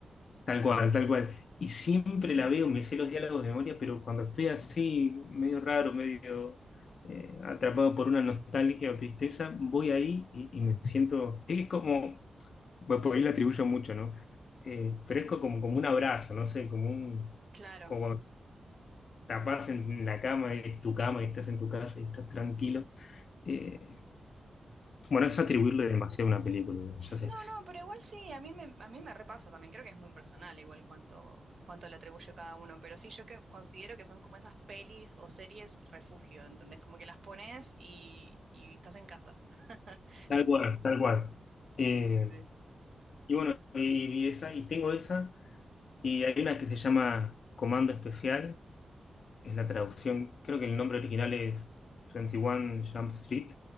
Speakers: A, on the left (about 65°); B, on the right (about 55°).
A: Tal cual, tal cual. Y siempre la veo, me sé los diálogos de memoria, pero cuando estoy así, medio raro, medio eh, atrapado por una nostalgia o tristeza, voy ahí y, y me siento. Es como, bueno, por ahí le atribuyo mucho, ¿no? Eh, pero es co- como, como un abrazo, no sé, como un.
B: Claro,
A: Como cuando tapás en la cama, es tu cama y estás en tu casa y estás tranquilo. Eh, bueno,
B: sí.
A: es atribuirle demasiado a una película, bueno, ya sé.
B: No, no, pero igual sí, a mí me, a mí me repasa también, creo que es muy personal igual cuánto, cuánto le atribuye cada uno, pero sí, yo que considero que son como esas pelis o series refugio, ¿entendés? Como que las pones y, y estás en casa. <laughs>
A: Tal cual, tal cual. Eh,
B: Sí, sí, sí.
A: y bueno, y, y esa, y tengo esa. Y hay una que se llama Comando Especial, es la traducción, creo que el nombre original es 21 Jump Street,